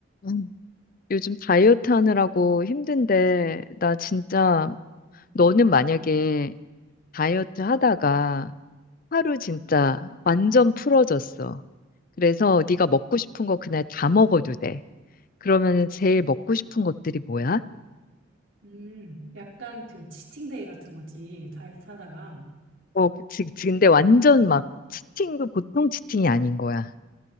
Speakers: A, on the left; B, on the right.
A: 음. 요즘 다이어트 하느라고 힘든데, 나 진짜, 너는 만약에 다이어트 하다가 하루 진짜 완전 풀어졌어. 그래서 네가 먹고 싶은 거 그날 다 먹어도 돼. 그러면은 제일 먹고 싶은 것들이 뭐야?
B: 음, 약간 그 치팅데이 같은 거지. 다이어트 하다가
A: 어, 지, 지- 근데 완전 막 치팅도 보통 치팅이 아닌 거야.